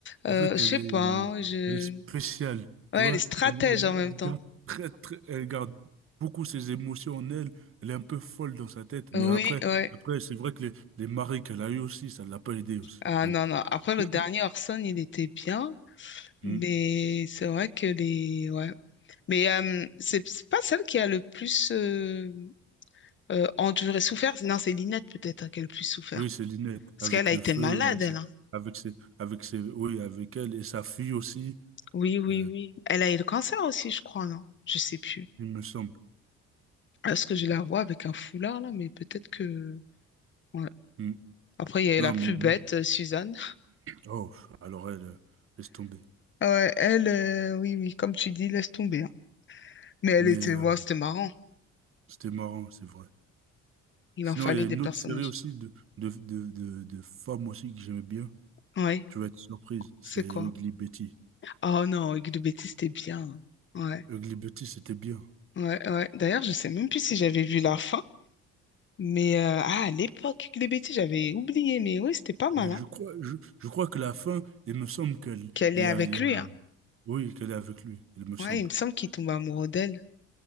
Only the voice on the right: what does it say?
En fait,
elle est,
elle est spéciale, tu
vois.
Elle, elle,
elle
garde très, très, elle garde beaucoup ses émotions en elle. Elle est un peu folle dans sa tête. Mais
après,
après, c'est vrai que les, les maris qu'elle a eu aussi, ça l'a pas aidé aussi.
Donc,
<clears throat>
Mm.
oui, c'est Linette,
avec
le
feu,
avec
ses,
avec ses, avec ses, oui, avec elle et sa fille aussi,
euh,
il me semble.
Mm.
Non,
mais
moi,
oh, alors elle, euh, laisse tomber.
Mais
euh,
c'était marrant, c'est vrai.
Sinon,
il y a
une
autre série aussi de, de, de, de, de femmes aussi que j'aimais bien.
Tu vas être surprise, c'est
Ugly
Betty.
Ugly Betty, c'était bien.
Mais je
crois, je, je crois que la fin, il me semble qu'elle,
il
y a, il y a,
oui, qu'elle est avec lui, il me semble.